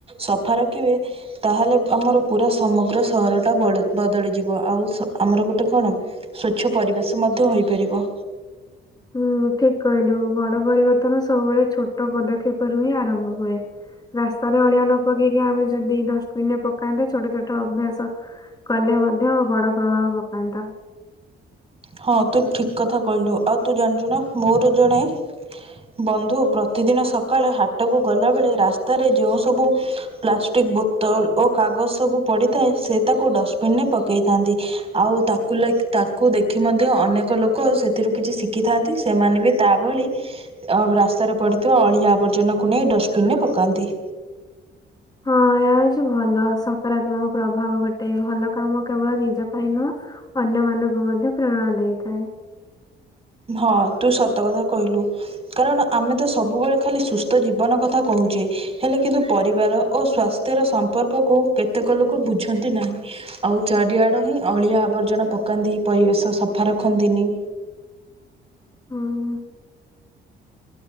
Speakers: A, on the right; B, on the left.
A: ସଫା ରଖିବେ। ତାହେଲେ ଆମର ପୁରା ସମଗ୍ର ସହରଟା ବଳ ବଦଳିଯିବ ଆଉ ଆମର ଗୋଟେ କଣ? ସ୍ଵଚ୍ଛ ପରିବେଶ ମଧ୍ୟ ହୋଇପାରିବ।
B: ହୁଁ ଠିକ କହିଲୁ ବଡ ପରିବର୍ତ୍ତନ ସବୁବେଳେ ଛୋଟ ପଦକ୍ଷେପରୁୁ ହିଁ ଆରମ୍ଭ ହୁଏ। ରାସ୍ତାରେ ଅଳିଆ ନ ପକେଇକି ଆମେ ଯଦି ଡଷ୍ଟବିନ ରେ ପକାନ୍ତେ ଛୋଟ ଛୋଟ ଅଭ୍ୟାସ କଲେ ମଧ୍ୟ ବଡ଼ ପ୍ରଭାବ ପକାନ୍ତା।
A: ହଁ ତୁ ଠିକ କଥା କହିଲୁ। ଆଉ ତୁ ଜାଣିଛୁ ନା ମୋର ଜଣେ ବନ୍ଧୁ ପ୍ରତିଦିନ ସକାଳେ ହାଟକୁ ଗଲା ବେଳେ ରାସ୍ତାରେ ଯଉଁ ସବୁ ପ୍ଲାଷ୍ଟିକ ବୋତଲ ଓ କାଗଜ ସବୁ ପଡିଥାଏ ସେ ତାକୁ ଡଷ୍ଟବିନ ରେ ପକେଇଥାନ୍ତି। ଆଉ ତାକୁ ଲାଗି ତାଙ୍କୁ ଦେ ଦେଖି ମଧ୍ୟ ଅନେକ ଲୋକ ସେଥିରୁ କିଛି ଶିଖିଥାନ୍ତି। ସେମାନେ ବି ତା ଭଳି ଅ ରାସ୍ତାରେ ପଡ଼ିଥିବା ଅଳିଆ ଆବର୍ଜନାକୁ ନେଇ ଡଷ୍ଟବିନ୍ ରେ ପକାନ୍ତି।
B: ହଁ ଏହା ହୋଉଛି ଭଲ ସକାରାତ୍ମକ ପ୍ରଭାବ ଗୋଟେ ଭଲ କାମ କେବଳ ନିଜ ପାଇଁ ନୁହଁ ଅନ୍ୟ ମାନଙ୍କୁ ମଧ୍ୟ ପ୍ରେରଣା ଦେଇଥାଏ।
A: ହଁ ତୁ ସତ କଥା କହିଲୁ। କାରଣ ଆମେ ତ ସବୁବେଳେ ଖାଲି ସୁସ୍ଥ ଜୀବନ କଥା କହୁଛେ। ହେଲେ କିନ୍ତୁ ପରିବାର ଓ ସ୍ଵାସ୍ଥ୍ୟର ସମ୍ପର୍କକୁ କେତେକ ଲୋକ ବୁଝନ୍ତି ନାହିଁ। ଆଉ ଚାରିଆଡ଼ ହିଁ ଅଳିଆ ଆବର୍ଜନା ପକାନ୍ତି ପରିବେଶ ସଫା ରଖନ୍ତିନି।
B: ହୁଁ।